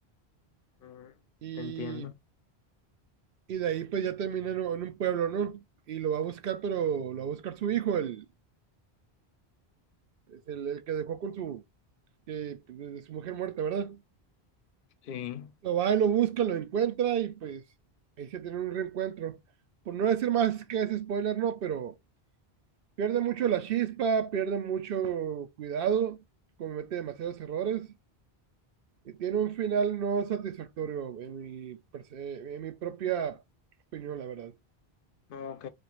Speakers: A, on the left; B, on the right.
A: Mm,
B: Y
A: Te entiendo.
B: Y de ahí pues ya termina en, en un pueblo, ¿no? Y lo va a buscar, pero lo va a buscar su hijo, el, el, el que dejó con su, eh, de su mujer muerta, ¿verdad?
A: Sí.
B: Lo va y lo busca, lo encuentra y pues ahí se tiene un reencuentro. Por no decir más que es spoiler, no, pero pierde mucho la chispa, pierde mucho cuidado, comete demasiados errores y tiene un final no satisfactorio en mi, perce- en mi propia opinión, la verdad.
A: Ok.